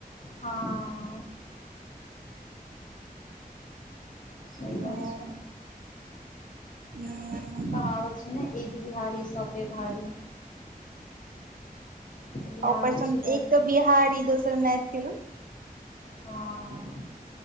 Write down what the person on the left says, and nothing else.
ह। सी बात
छै।
कहावत। ह ने एक बिहारी सभ पे भारी। तऽ बिहारी
छी
हँ।